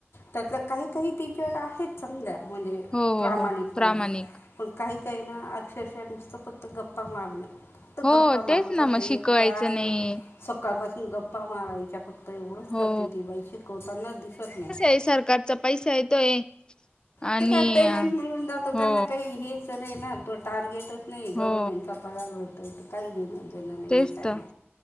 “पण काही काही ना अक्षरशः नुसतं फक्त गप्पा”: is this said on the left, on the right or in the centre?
Left